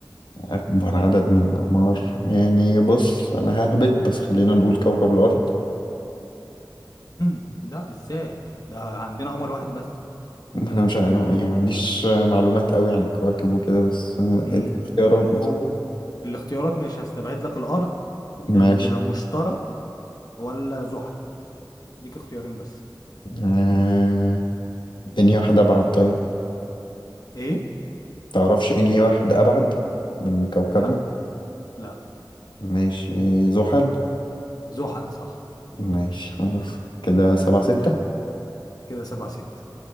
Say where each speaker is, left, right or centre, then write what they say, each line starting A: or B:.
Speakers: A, on the left; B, on the left.
A: اكبر عدد من الاقمار يعني بص انا ههبط بس خلينا نقول كوكب الارض
B: امم ده ازاي ده عندنا قمر واحد بس
A: <laughs> ما انا مش عارف يعني ما عنديش معلومات قوي عن الكواكب وكده بس آه،
B: امم
A: ادي اختيارات
B: هو
A: مثلا
B: الاختيارات ماشي هستبعد لك الارض المشتري
A: ماشي
B: ولا زحل ديك اختيارين بس
A: آه، انهي واحد ابعد طيب
B: ايه
A: تعرفش انهي واحد ابعد من كوكبنا
B: لا لا
A: ماشي زحل
B: زحل صح
A: ماشي خلاص كده سبعة ستة
B: جامد كده سبعة ست